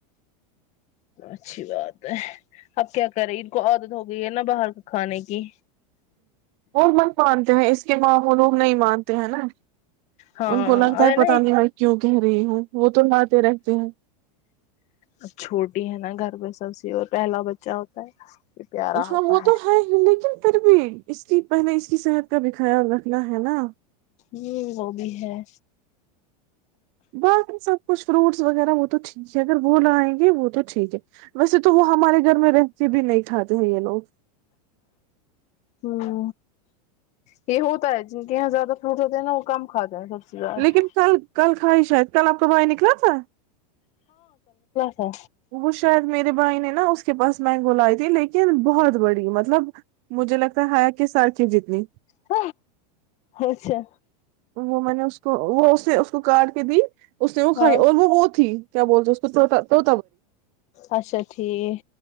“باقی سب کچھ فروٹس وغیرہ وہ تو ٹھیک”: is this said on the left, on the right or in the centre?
Right